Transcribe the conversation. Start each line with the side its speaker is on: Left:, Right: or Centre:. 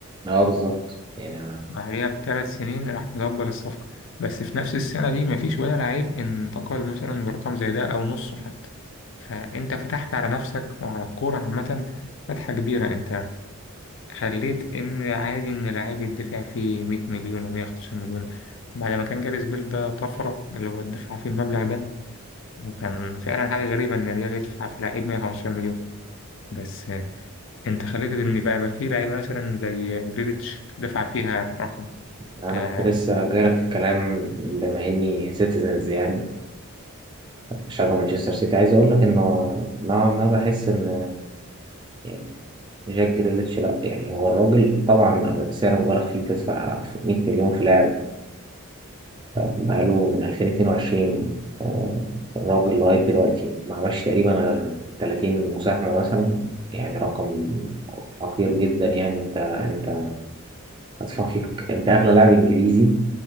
Right: اه بالظبط يعني
Left: بعديها بثلاث سنين راح مدبل الصفقة بس في نفس السنة دي مفيش ولا لعيب انتقل مثلا برقم زي ده أو نصه حتى فأنت فتحت على نفسك وعلى الكورة عامة فتحة كبيرة أنت خليت إن عادي إن لعيب يدفع فيه 100 مليون و115 مليون بعد ما كان جاريس بيل ده طفرة اللي هو دفع فيه المبلغ ده وكان فعلا حاجة غريبة إن الريال يدفع في لعيب 115 مليون بس آه، أنت خليت إن بقى بقى في لعيبة مثلا زي جريليتش دفع فيها رقم
Right: يعني
Left: آه،
Right: انا كنت لسه جايلك في الكلام بما اني سيتيزنز يعني بشجع مانشستر سيتي عايز اقول لك انه نوعا ما بحس ان يعني جاك جريليتش لا يعني هو الراجل طبعا سعر مبالغ فيه تدفع 100 مليون في لاعب بقاله من 2022 آه، الراجل لغايه دلوقتي ما عملش تقريبا غير 30 مساهمه مثلا يعني رقم حقير جدا يعني انت انت هتدفع فيك انت اغلى لاعب انجليزي